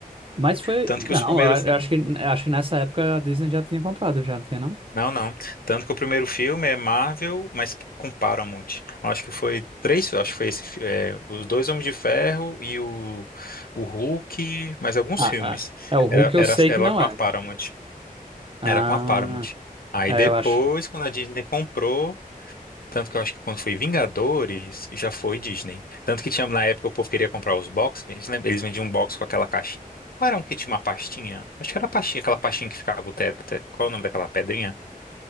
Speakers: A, on the right; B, on the left.
A: Mas foi.
B: Tanto
A: Não,
B: que os primeiros.
A: eu a-
B: fi-
A: acho que, acho que nessa época a Disney já tinha comprado, já tinha, não?
B: Não, não. Tanto que o primeiro filme é Marvel, mas que- com Paramount. Acho que foi três. Acho que foi esse, fi- é, os dois Homens de Ferro e o, o Hulk, mas alguns
A: Ah,
B: filmes.
A: ah, é, o Hulk
B: Era,
A: eu
B: era,
A: sei
B: era
A: que não
B: com
A: é.
B: a Paramount.
A: Ah,
B: Era com a Paramount. Aí
A: é,
B: depois,
A: eu acho.
B: quando a Disney comprou. Tanto que eu acho que quando foi Vingadores, já foi Disney. Tanto que tinha, na época o povo queria comprar os boxes. Eles, lembram- eles vendiam um box com aquela caixa. Qual era um que tinha uma pastinha? Acho que era a pastinha, aquela pastinha que ficava o tera, te- Qual é o nome daquela pedrinha?